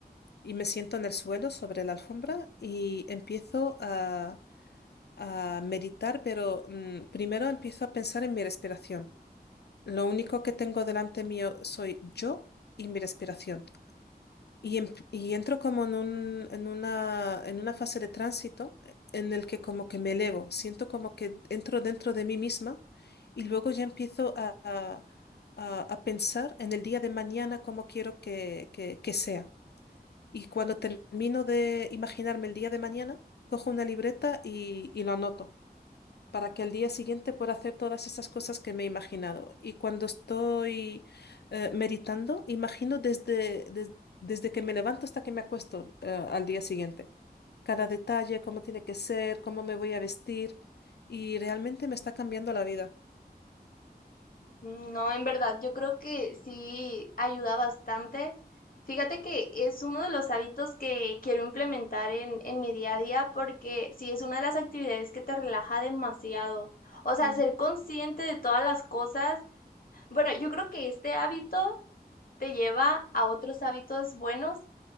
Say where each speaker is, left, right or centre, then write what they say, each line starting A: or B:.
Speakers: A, on the left; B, on the left.
A: y me siento en el suelo sobre la alfombra y empiezo a, a meditar, pero mm, primero empiezo a pensar en mi respiración. Lo único que tengo delante mío soy yo y mi respiración. Y, em- y entro como en un- en una, en una fase de tránsito en el que como que me elevo, siento como que entro dentro de mí misma y luego ya empiezo a, a- a- a pensar en el día de mañana cómo quiero que que- que sea. Y cuando termino de imaginarme el día de mañana, cojo una libreta y, y lo anoto para que al día siguiente pueda hacer todas esas cosas que me he imaginado. Y cuando estoy eh, meditando, imagino desde, des- desde que me levanto hasta que me acuesto eh, al día siguiente. Cada detalle, cómo tiene que ser, cómo me voy a vestir. Y realmente me está cambiando la vida.
B: Mm, No, en verdad, yo creo que sí ayuda bastante. Fíjate que es uno de los hábitos que quiero implementar en, en mi día a día porque sí es una de las actividades que te relaja demasiado. O sea,
A: Ujú.
B: ser consciente de todas las cosas Bueno, yo creo que este hábito te lleva a otros hábitos buenos